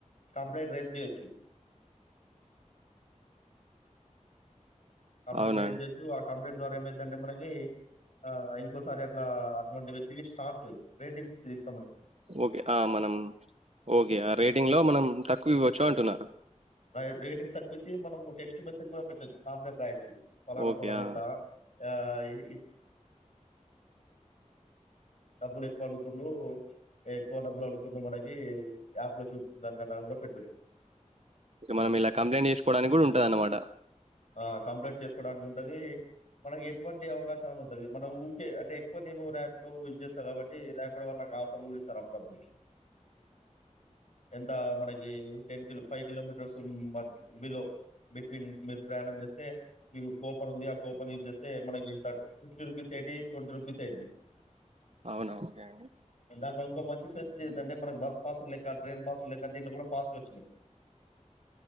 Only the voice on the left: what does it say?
కంప్లైంట్ రైజ్ చేయొచ్చు కంప్లైంట్
రేజ్
చేయచ్చు ఆ కంప్లైంట్ ద్వారా ఏమైదంటే మనకి ఆ ఇంకోసారి అట్లా అటువంటి వ్యక్తికి స్టార్స్ రేటింగ్స్ ఇస్
ఆ రేటింగ్ తక్కువిచ్చి మనం టెక్స్ట్ మెసేజ్ కూడా పెట్టొచ్చు కాంప్లెట్ రాయచ్చు పలానా
పలనా
ఇట్లా ఏయి డబ్బులు ఎక్కువ అడుగుతుండు ఎక్కువ డబ్బులు అడుగుతుండు మనకి యాప్ లో చూపి దానికన్నా కూడా పెట్టొచ్చు
ఆ కంప్లైంట్ చేసుకోడానికి ఉంటది మనకి ఎటువంటి అవకాశమైనా ఉంటది మనం ఊకే అంటే ఎక్కువ నేను ర్యాపిడో యూజ్ చేస్తా కాబట్టి ర్యాపిడో వాళ్ళకి ఆఫర్లు కూడా ఇస్తారు అప్పుడప్పుడు ఎంత మనకి టెన్తులు five kilometres but below between ప్రయాణం చేస్తే మీకు కూపన్ ఉంది ఆ కూపన్ యూజ్ చేస్తే మనకి ఇస్తాడు ఫిఫ్టీ రూపీస్ ఏటి ట్వంటీ రూపీస్ ఏంటి
దాంట్లొ ఇంకో మంచి ఫెసిలిటీ ఏందంటె మనకు బస్ పాస్ ల్లెక ట్రైన్ పాస్ లేక దీంట్లో కూడా పాస్లు వచ్చినియ్